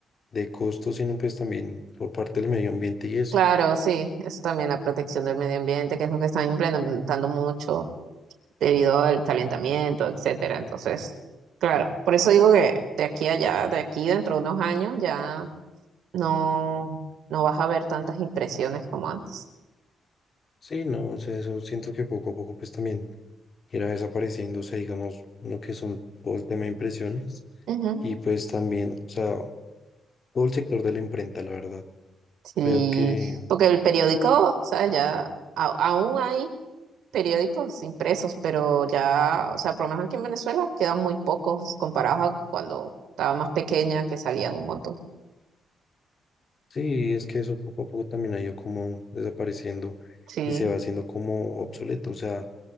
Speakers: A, on the left; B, on the right.
A: de costos, sino pues también por parte del medio ambiente y eso.
B: Claro, sí, eso también la protección del medio ambiente, que es lo que están implementando mucho debido al calentamiento, etcétera. Entonces, claro, por eso digo que de aquí a allá, de aquí dentro de unos años, ya no, no vas a ver tantas impresiones como antes.
A: Sí, no, o sea, eso siento que poco a poco pues también irá desapareciendo, o sea, digamos, lo que son todo el tema de impresiones
B: Ujú.
A: y pues también, o sea, todo el sector de la imprenta, la verdad.
B: Sí,
A: Veo que,
B: porque el periódico, o sea, ya a- aún hay periódicos impresos, pero ya, o sea, por lo menos aquí en Venezuela quedan muy pocos comparados a cuando estaba más pequeña, que salían un montón.
A: Sí, es que eso poco a poco también ha ido como desapareciendo
B: Sí,
A: y se va haciendo como obsoleto. O sea,